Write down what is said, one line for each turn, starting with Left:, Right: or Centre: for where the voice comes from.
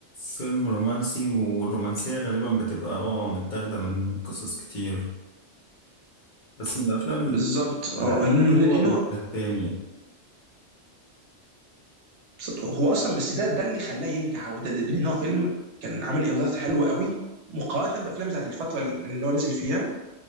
Left: فيلم رومانسي والرومانسية غالبا بتبقى اه متاخدة من قصص كتير بس من الافلام
Right: بالظبط
Left: ال- من
Right: اه لانه
Left: الحلوة
Right: لأنه
Left: والتانية
Right: بالظبط هو اصلا بس ده ده اللي خلاه ينجح هو ده ده- لان هو فيلم كان عامل ايرادات حلوه قوي مقارنه بافلام بتاعت الفتره اللي هو نزل فيها